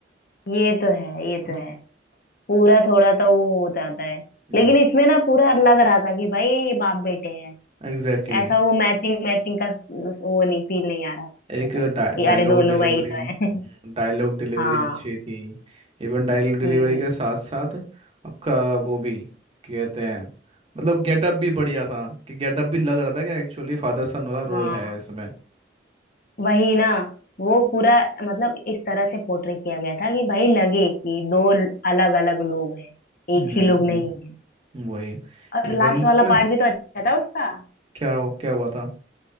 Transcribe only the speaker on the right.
है
ना
एग्जैक्टली
exactly.
एक
डायलॉग
डिलीवरी
डायलॉग डिलीवरी
अच्छी थी इवन डायलॉग डिलीवरी
के साथ साथ आपका वो भी क्या कहते हैं मतलब गेटअप भी बढ़िया था कि गेटअप भी लग रहा था कि एक्चुअली फादर सन वाला रोल
है इसमें
हम्म,
वही
इवन
उसमें
क्या क्या हुआ था